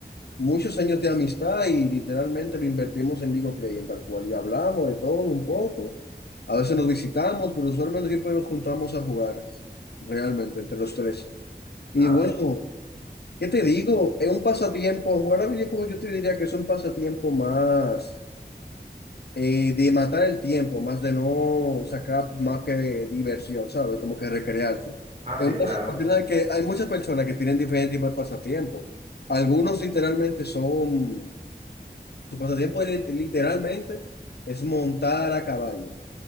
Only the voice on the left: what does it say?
muchos años de amistad y literalmente lo invertimos en League of Legends, tal cual. Y hablamos de todo un poco. A veces nos visitamos, pero usualmente siempre nos juntamos a jugar, realmente, entre los tres. Y
bueno, ¿qué te
digo? Es un pasatiempo, jugar a videojuegos yo te diría que es un pasatiempo más eh, de matar el tiempo, más de no sacar más que diversión, ¿sabes? Como que recrearte.
Es un
pasatiempo que hay muchas personas que tienen diferentes tipos de pasatiempo Algunos literalmente son su pasatiempo es li- literalmente es montar a caballo.